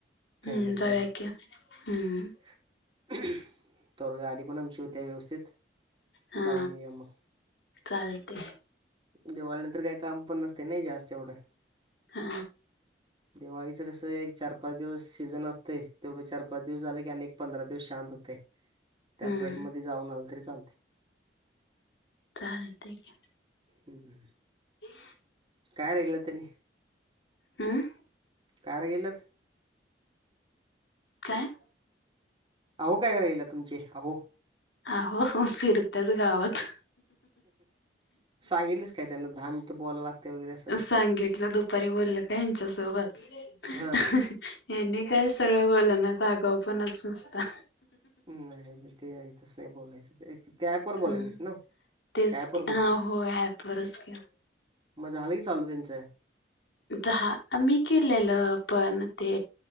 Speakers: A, on the left; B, on the right.
A: हम्म
B: फॅमिली
A: जाऊया
B: फॅमली
A: की हम्म
B: तो वर गाडी पण आम ची होतीया व्यवस्थित
A: हा
B: जाऊन येऊया मग.
A: चालते.
B: दिवाळी नंतर काय काम पण नसतय नयी जास्त एवढं.
A: हा
B: दिवाळीचं कसं एक चार -पाच दिवस सीझन असतय, तेवढं चार -पाच दिवस झाल की आणि एक पंधरा दिवस शांत होत. त्या
A: हम्म
B: प्रेड मध्ये जाऊन आलं तरी चालतय.
A: चालतय की.
B: हम्म.
A: <unintelligible>
B: काय राहील तनी?
A: हंमं.
B: का र गेल्यात?
A: काय?
B: अहो, काय कराय गेल्यात तुमचे, अहो?
A: आहो, फिरतच गावात.
B: सांगितलीस काय त्यांना दहा मिनिटं बोलायला लागते वगैरे असं
A: सांगितलं दुप पररी बोलल काय यांच्या सोबत.
B: हां.
A: हेनी काय सरळ बोलानात, आगाऊपणाच नुसता.
B: नाही, नाही ते तसं नाही बोलायचं. ते त्या अँप वर बोलाय
A: हम्म
B: नाहीस नवं,
A: तेच
B: काय अँप वर
A: की हा
B: बोललीस?
A: होय ऍपवरच की
B: म झालं की चालू तेंच.
A: दहा आम्ही केलेलं पण ते